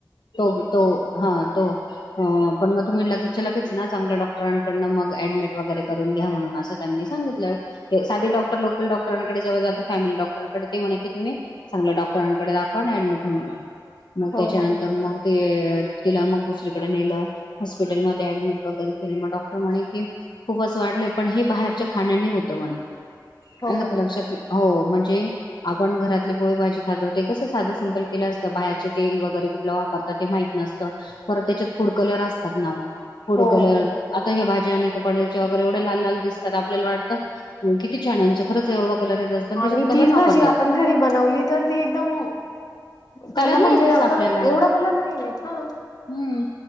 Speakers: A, on the left; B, on the left.
A: तो तो हा तो पण म तुम्ही लगेचच्या लगेच ना चांगल्या डॉक्टरकडून मग ऍडमिट वगैरे करन घ्या म्हणे त्यांनी सांगितले. साधे डॉक्टर लोकल डॉक्टर डॉक्टर जात फॅमिली डॉक्टरकडे ते म्हणे कि तुम्ही चगल्या डॉक्टरांकडे दाखवा आणि ऍडमिट होऊन घ्या. मग
B: हो
A: त्याच्यानंतर
B: हो
A: मग ते तिला मग दुसरीकडे नेलं हॉस्पिटलांमध्ये ऍडमिट वगैरे मग डॉक्टर म्हणे की खूप वाढले पण हे बाहेरच्या खाण्यानी होत म्हणे
B: हो
A: आणि
B: का
A: लक्षात हो म्हणजे आपण घरातली पोळी भाजी खातो ते कसं साधं सिपल केलं असतं बाहेरचे तेल वगैरे कुठलं वापरतात ते माहित नसतं परत त्याच्यात फूड कलर असतात ना फुड
B: हो
A: कलर आता ह्या भाजी एवढं लाल लाल दिसत आपल्याला वाटतं किती छान न्यांचं खरंच एवढं कलर येत पण त्याच्यात
B: आणि
A: कलर
B: तीच
A: वापरतात
B: भाजी आपण घरी बनवली तर ती एकदम
A: कलर
B: त्याला म्हणजे
A: नाही तसा
B: असा
A: आपल्याला
B: एवढा कलर नाही येत हा
A: हम्